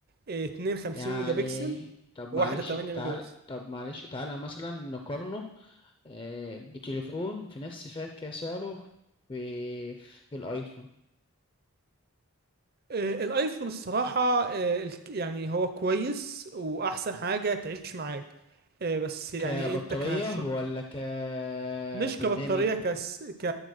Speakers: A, on the right; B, on the left.
A: آه 52
B: يعني
A: ميجا بكسل
B: طب
A: وواحدة
B: معلش
A: 8
B: تعال
A: ميجا بكسل
B: طب معلش تعالى مثلا نقارنه آه، بتليفون في نفس فئة كده سعره في, في الأيفون
A: آه الايفون الصراحة آه الك- يعني هو كويس وأحسن حاجة تعيش معاك آه بس يعني
B: كبطارية
A: انت كهشوف
B: ولا كبرنامج
A: مش كبطارية كس ك